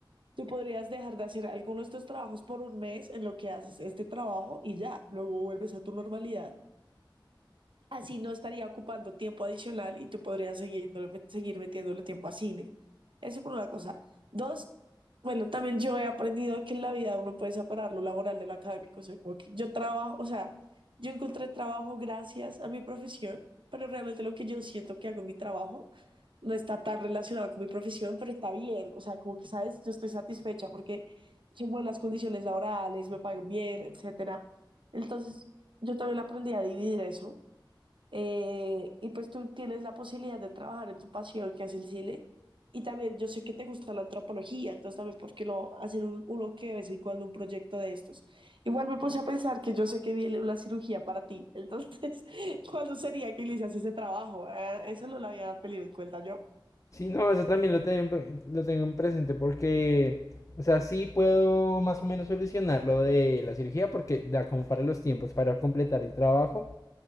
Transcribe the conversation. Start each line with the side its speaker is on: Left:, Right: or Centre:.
Right: tú podrías dejar de hacer algunos de estos trabajos por un mes en lo que haces este trabajo y ya, luego vuelves a tu normalidad Así no estaría ocupando tiempo adicional y tú podrías siguiéndole- met- seguir metiéndole tiempo a cine. Eso por una cosa. Dos, bueno, también yo he aprendido que en la vida uno puede separar lo laboral de lo académico. O sea, como que yo trabajo, o sea, yo encontré trabajo gracias a mi profesión, pero realmente lo que yo siento que hago en mi trabajo no está tan relacionado con mi profesión, pero está bien. O sea, como que, ¿sabes? Yo estoy satisfecha porque son buenas condiciones laborales, me pagan bien, etcétera. Entonces, yo también aprendí a dividir eso. Eh, y pues tú tienes la posibilidad de trabajar en tu pasión, que es el cine. Y también yo sé que te gusta la antropología, entonces también, ¿por qué no hacer un- uno que de vez en cuando un proyecto de estos? Igual me puse a pensar que yo sé que viene una cirugía para ti, entonces, <laughs> ¿cuándo sería que inicias ese trabajo? Eh, eso no lo había tenido en cuenta yo.
Left: Sí, no, eso también lo tengo, lo tengo en presente porque, o sea, sí puedo más o menos solucionar lo de la cirugía porque da como para los tiempos para completar el trabajo